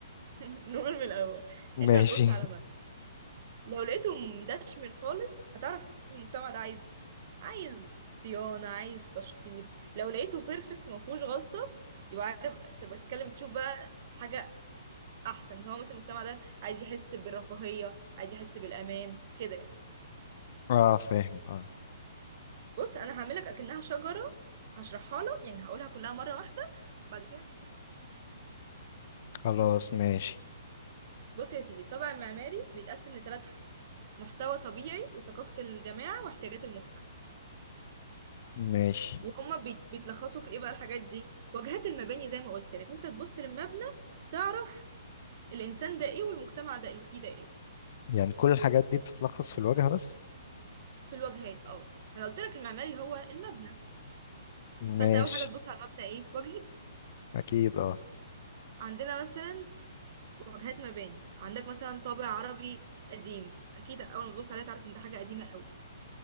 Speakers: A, on the right (about 40°); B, on the left (about 45°).
A: <laughs> نقول من الاول
B: ماشي
A: انت هتبص على مبنى لو لقيته مدشمل خالص هتعرف المجتمع ده عايز ايه عايز صيانة عايز تشطيب لو لقيته بيرفكت ما فيهوش غلطة يبقى عارف تبقى تتكلم تشوف بقى حاجة احسن ان هو مثلا المجتمع ده عايز يحس بالرفاهية عايز يحس بالامان كده يعني.
B: <laughs> اه فاهم اه
A: بص انا هعملك اكنها شجره هشرحها لك يعني هقولها كلها مره واحده بعد كده نبتدي نبسطها حاجه حاجه
B: خلاص ماشي
A: بص يا سيدي الطابع المعماري بيتقسم لثلاث حاجات محتوى طبيعي وثقافه الجماعه واحتياجات المجتمع
B: ماشي
A: وهما بيت- بيتلخصوا في ايه بقى الحاجات دي واجهات المباني زي ما قلت لك انت تبص للمبنى تعرف الانسان ده ايه والمجتمع ده اللي فيه ده ايه
B: يعني كل الحاجات دي بتتلخص في الواجهة بس
A: في الواجهات اه انا قلت لك المعماري هو المبنى
B: ماشي
A: فانت اول حاجه تبص على المبنى ايه واجهته
B: اكيد اه
A: عندنا مثلا واجهات مباني عندك مثلا طابع عربي قديم اكيد اول ما تبص عليها تعرف ان ده حاجه قديمه قوي